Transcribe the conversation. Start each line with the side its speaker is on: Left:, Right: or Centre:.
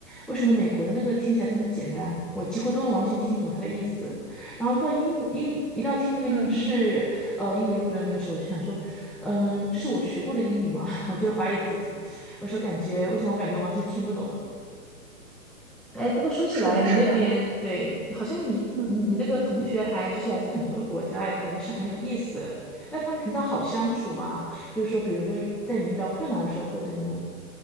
Centre: 为什么美国的那个听起来这么简单？我几乎都能完全听懂它的意思。然后一到英英一到听那个英式呃英语录的那个时候，
Right: 嗯，
Centre: 我就想说，嗯，这是我学过的英语吗？<laughs> 我就怀疑自己，我说感觉为什么我感觉完全听不懂？哎，不过说起来，
Right: 是的，
Centre: 你那边对，
Right: 是的，
Centre: 好像你你你那个同学还就是来自很多的国家，
Right: 嗯
Centre: 哎，感觉是很有意思的那他们平常好相处吗？就是说，比如说在你遇到困难的时候，或者你们，